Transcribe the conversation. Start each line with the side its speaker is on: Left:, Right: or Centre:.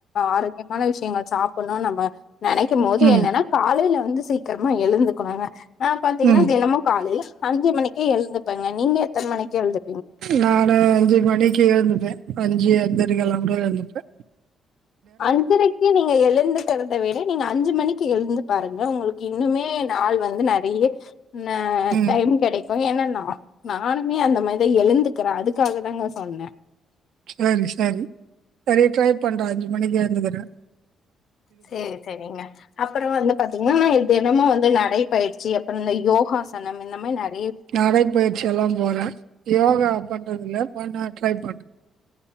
Left: ஆரோக்கியமான விஷயங்கள் சாப்ப ன்னு நம்ம நினைக்கும் போது
Right: ம்,
Left: என்னன்னா காலையில வந்து சீக்கிரமா எழுந்துக்குணு ங்க ஆ பாத்தீங்கன்னா
Right: ம்.
Left: தினமும் காலையில் அஞ்சு மணிக்கே எழு இருப்பங்க நீங்க எத்தனை மணிக்கு எழுது
Right: நான்னு அஞ்சு மணிக்கு எழுந்துப்பேன் அஞ்சு அஞ்சரி கலாம் கூட எல்ந்துப்ப
Left: அஞ்சறைக்கு நீங்க எழுந்துட்டுறத விட நீங்க அஞ்சு மணிக்கு எழுந்து பாருங்க உங்களுக்கு இன்னுமே நாள் வந்து நெறைய ஆ
Right: ம்.
Left: டைம் கெடைக்கும் ஏனன்னா நானுமே அந்த மாரி இத எழுந்துக்கிறே அதுக்காக தாங்க சொன்னே
Right: செரி செரி செரி ட்ரை பண்றே அஞ்சு மணிக்கு எந்துக்கறே
Left: செரி செரிங்க அப்புறோ வந்து பாத்தீங்கன்னா ந தினமும் வந்து நடைபயிற்சி அப்பறோ இந்த யோகாசனம் இந்த மாரி நே
Right: நடைப்பயிற்சி எல்லாம் போறே யோகா பண்றதுல பண்ண ட்ரை பண்ற